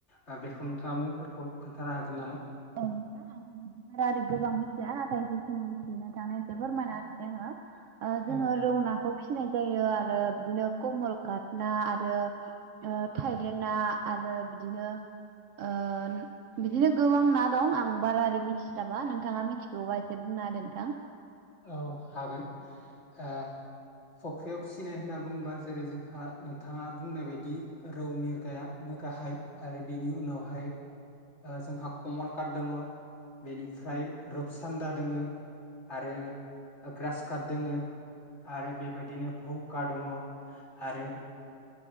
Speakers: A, on the left; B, on the right.
A: ओ बेखौ नोंथाङा मुंफोरखौ, खोनथानो हागोन नामा?
B: औ दा आं बारा गोबां मिथिया नाथाय जिखिनि मिथियो नोंथांनो एसे फोरमायना होनिसै आङो। ओ जोङो
A: औ
B: रौनाखौ, फिसिनाय जायो आरो बिदिनो कमल काट ना आरो ओ थाइलेन्द ना आरो बिदिनो ओ बिदिनो गोबां, गोबां ना दं आं बारा ओरै मिथिस्लाबा नोंथाङा मिथिगौबा एसे बुंना आरो नोंथां,
A: औ हागोन आ फख्रियाव फिसिनाय होनना बुंङोबा जेरै जोंहा नोंथाङा बुंनाय बायदि, रौ मिरखायानो गाहाय आरो बिनि उनावहाय, जोंहा कमन काट दङ, बेनिफ्राय रुपसान्दा दङो, आरो ग्रास काप दोङो, आरो बेबायदिनो भौ <unintelligible> दङ आरो